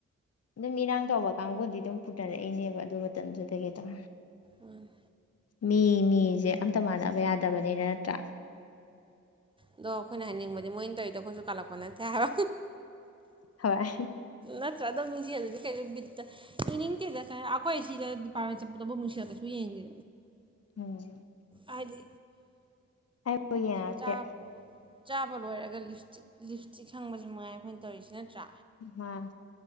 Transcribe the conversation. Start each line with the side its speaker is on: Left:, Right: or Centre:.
Left: ꯑꯗꯨꯝ ꯏꯔꯥꯡ ꯇꯧꯕ ꯀꯥꯡꯕꯨꯗꯤ ꯑꯗꯨꯝ ꯄꯨꯅꯔꯛꯏꯅꯦꯕ ꯑꯗꯨꯏ ꯃꯇꯝꯗꯨꯗꯒꯤ ꯑꯗꯨꯝ
Right: ꯎꯝ
Left: ꯃꯤ ꯃꯤꯁꯦ ꯑꯝꯇ ꯃꯥꯟꯅꯕ ꯌꯥꯗꯕꯅꯤꯅ ꯅꯠꯇ꯭ꯔꯥ
Right: ꯑꯗꯣ ꯑꯩꯈꯣꯏꯅ ꯍꯥꯏꯅꯤꯡꯕꯗꯤ ꯃꯣꯏ ꯇꯧꯔꯤꯗꯣ ꯑꯩꯈꯣꯏꯁꯨ ꯀꯥꯜꯂꯛꯄ ꯅꯠꯇꯦ ꯍꯥꯏꯕ
Left: ꯍꯣꯏ
Right: ꯅꯠꯇ꯭ꯔ ꯑꯗꯨ ꯃꯤꯡꯁꯦꯜꯗꯗꯤ ꯀꯩꯅꫭ ꯕꯤꯠꯇ ꯌꯦꯡꯅꯤꯡꯗꯩꯗ ꯀꯌꯥ ꯑꯈꯣꯏ ꯁꯤꯗ ꯗꯤꯄꯥꯔꯃꯦꯟ ꯆꯠꯄꯗꯕꯨꯛ ꯃꯤꯡꯁꯦꯜ ꯀꯩꯁꯨ ꯌꯦꯡꯗꯦ
Left: ꯎꯝ
Right: ꯍꯥꯏꯗꯤ
Left: ꯑꯩꯕꯨ ꯌꯦꯡꯉꯛꯇꯦ
Right: ꯆꯥ ꯆꯥꯕ ꯂꯣꯏꯔꯒ ꯂꯤꯞꯁꯇꯤꯛ ꯂꯤꯞꯁꯇꯤꯛ ꯁꯪꯕꯖꯤ ꯃꯉꯥꯏ ꯑꯩꯈꯣꯏꯅ ꯇꯧꯔꯤꯖꯤ ꯅꯠꯇ꯭ꯔꯥ
Left: ꯑꯥ